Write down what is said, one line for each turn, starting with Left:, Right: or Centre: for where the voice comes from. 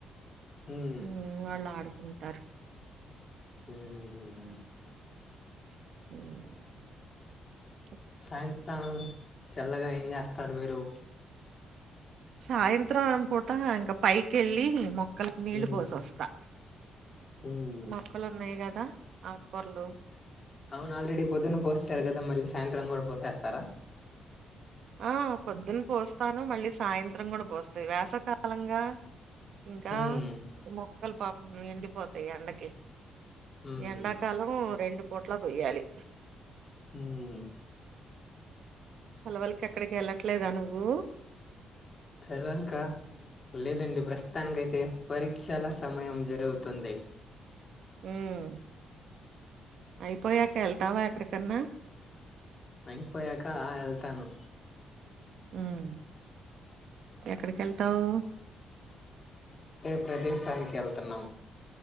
Left: హ్మ్.
Right: ఉమ్ వాళ్లు ఆడి ఉంటారు
Left: ఉహ్మ్
Right: ఉమ్
Left: సాయంకాలం చల్లగా ఏం చేస్తారు మీరు
Right: సాయంత్రారం పూట ఇంకా పైకెళ్ళి మొక్కలకి నీళ్ళు
Left: హ్మ్.
Right: పోసి వస్తా
Left: హ్మ్.
Right: మొక్కలు ఉన్నాయి కదా ఆకూర్లో
Left: అవును ఆల్రెడీ పొద్దున్న పోసారు కదా మళ్ళీ సాయంత్రం కూడా పోసేస్తారా
Right: ఆ పొద్దున్ పోస్తాను మళ్ళీ సాయంత్రం కూడా పోస్తా వేసకాలంగా ఇంకా
Left: హ్మ్.
Right: మొక్కలు ఈ పాపం ఎండిపోతాయి ఎండకి
Left: హ్మ్.
Right: ఎండాకాలం రెండు పూట్ల పోొయ్యాలి
Left: ఉమ్
Right: సెలవులకి ఎక్కడికి ఎళ్ళట్లేదా నువ్వు
Left: సెలెల్కా లేదండి ప్రస్తుతానికిైతే పరీక్షల సమయం జరుగుతుంది
Right: ఉం అయిపోయాక ఎల్ళ్తావా ఎక్కడికన్నా
Left: నంగిపోయాక ఆ ఎళ్తాను
Right: ఉమ్ ఎక్కడికి ఏళ్తావు
Left: భద్రసానికి ఏళ్తున్నాం